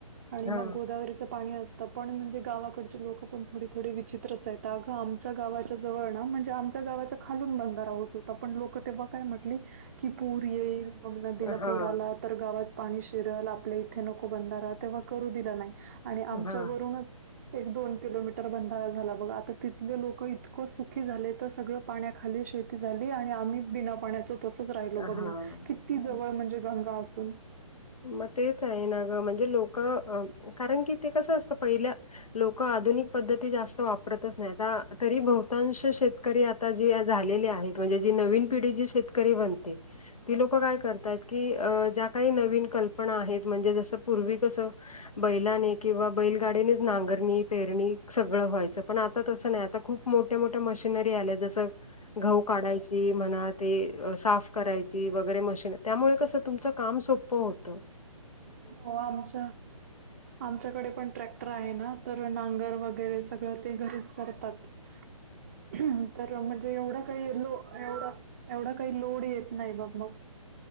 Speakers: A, on the right; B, on the left.
A: आणि
B: हा
A: मग गोदावरीचं पाणी असतं पण म्हणजे गावाकडचे लोक पण थोडे थोडे विचित्रच आहेत अगं आम आमच्या गावाच्या जवळ ना म्हणजे आमच्या गावाच्या खालून बंधारा होत होता पण लोक तेव्हा काय म्हटली की पूर येईल मग नदीला
B: हा
A: पूर आला तर गावात पाणी शिरल आपल्या इथे नको बंधारा तेव्हा करू दिला नाही आणि आमच्यावरूनच
B: हा
A: एक दोन किलोमीटर बंधारा झाला बघ आता ति लोक इतकं सुखी झाले तर सगळं पाण्याखाली शेती झाली आणि आम्ही बिना पाण्याच तसच राहिलो बघ
B: हा.
A: ना किती जवळ म्हणजे गंगा असून
B: मग तेच आहे ना ग म्हणजे लोक कारण की ते कसं असतं पहिल्या लोक आधुनिक पद्धती जास्त वापरतच नाही आ तरी बहुतांश शेतकरी आता जी झालेली आहेत म्हणजे जी नवीन पिढी जी शेतकरी बनते ती लोक काय करतय की अ ज्या काही नवीन कल्पना आहेत म्हणजे जस पूर्वी कसं बैलाने किंवा बैलगाडीनेच नांगरणी पेरणी सगळं व्हायचं पण आता तसं नाही आता खूप मोठ्या मोठ्या मशिनरी आल्या जसं गहू काढायची म्हणा ते साफ करायची वगैरे मशीन त्यामुळे कसं तुमच काम सोपं होत
A: हो आमच्या आमच्याकडे पण ट्रॅक्टर आहे ना तर नांगर वगैरे सगळं ते घरीच करतात. <inaudible> तर म्हणजे एवढा काही लो एवढा एवढा काही लोड येत नाही बघ मग.